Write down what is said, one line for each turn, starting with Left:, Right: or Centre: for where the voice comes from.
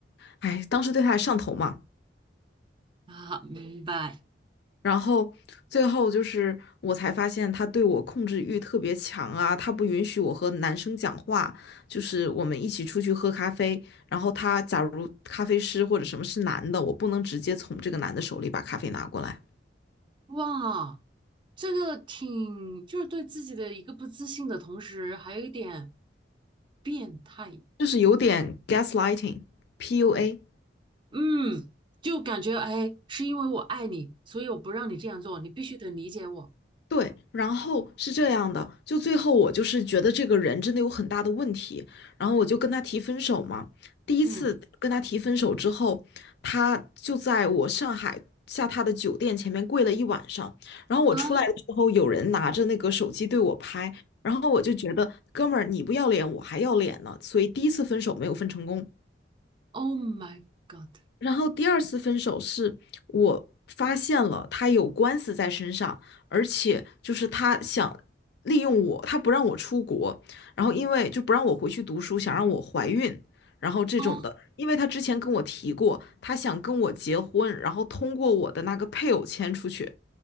Left: 哎，当时对他还上头嘛。
Right: 啊，明白。
Left: 然后最后就是我才发现他对我控制欲特别强啊，他不允许我和男生讲话，就是我们一起出去喝咖啡，然后他假如咖啡师或者什么是男的，我不能直接从这个男的手里把咖啡拿过来，
Right: 哇，这个挺就是对自己的一个不自信的同时，还有一点变态。
Left: 就是有点 gaslighting，PUA。
Right: 嗯，就感觉哎，是因为我爱你，所以我不让你这样做，你必须得理解我。
Left: 对，然后是这样的，就最后我就是觉得这个人真的有很大的问题，然后我就跟他提分手嘛。第一次跟他提分手之后，
Right: 嗯。
Left: 他就在我上海下榻的酒店前面跪了一晚上，然后我出来的时候，
Right: 啊。
Left: 有人拿着那个手机对我拍，然后我就觉得哥们儿你不要脸我还要脸呢，所以第一次分手没有分成功。
Right: Oh my God！
Left: 然后第二次分手是我发现了他有官司在身上，而且就是他想利用我，他不让我出国，然后因为就不让我回去读书，想让我怀孕，然后这种的，
Right: 哦，
Left: 因为他之前跟我提过，他想跟我结婚，然后通过我的那个配偶签出去，